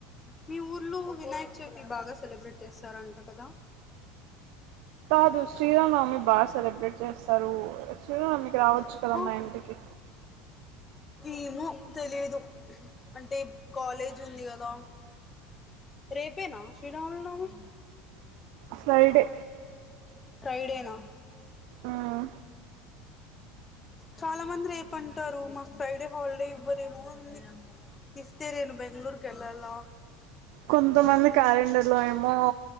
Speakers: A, on the left; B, on the right.
A: మీ ఊర్లో వినాయక చవితి బాగా సెలబ్రేట్ చేస్తారంట కదా
B: కాదు శ్రీరానవమి బాగా సెలబ్రేట్ చేస్తారు శ్రీరానమి కి రావచ్చు కదా
A: ఆ
B: మా ఇంటికి
A: ఏమో తెలియదు అంటే కాలేజ్ ఉంది కదా, రేపేనా శ్రీరాముల్ నవమి.
B: స్లైడే
A: ఫ్రైడేనా
B: మ్మ్
A: చాలా మంది రేపుంటారు మాకు ఫ్రైడే హాలిడే, ఇవ్వరేమోంది ఇస్తే నేను బెంగళూరుకు వెళ్ళాల.
B: కొంతమంది క్యాలెండర్లో ఏమో